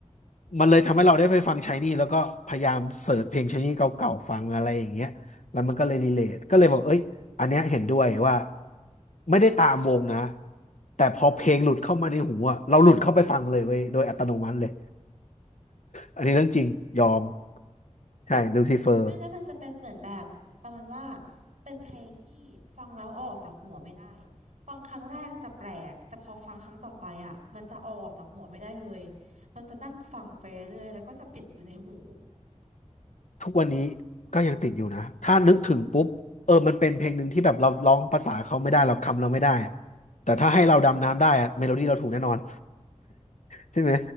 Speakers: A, on the left; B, on the right.
A: มันเลยทำให้เราได้ไปฟังชายนี่แล้วก็พยายามเสิร์ชเพลงชายนี่เก่าๆฟังอะไรอย่างเงี้ยแล้วมันก็เลยรีเลทก็เลยบอกเอ้ยอันเนี้ยเห็นด้วยว่าไม่ได้ตามวงนะแต่พอเพลงหลุดเข้ามาในหูอะเราหลุดเข้าไปฟังเลยเว้ยโดยอัตโนมัติเลยอันนี้เรื่องจริงยอมใช่ลูซิเฟอร์
B: ไม่แล้วมันจะเป็นเหมือนแบบประมาณว่าเป็นเพลงที่ฟังแล้วเอาออกจากหัวไม่ได้ฟังครั้งแรกจะแปลกแต่พอฟังครั้งต่อไปอ่ะมันจะเอาออกจากหัวไม่ได้เลยมันจะนั่งฟังไปเรื่อยๆแล้วก็จะติดอยู่ในหู
A: ทุกวันนี้ก็ยังติดอยู่นะถ้านึกถึงปุ๊บเออมันเป็นเพลงหนึ่งที่แบบเราร้องภาษาเขาไม่ได้เราคำเราไม่ได้อะแต่ถ้าให้เราดำน้ำได้อะเมโลดี้เราถูกแน่นอนใช่ไหม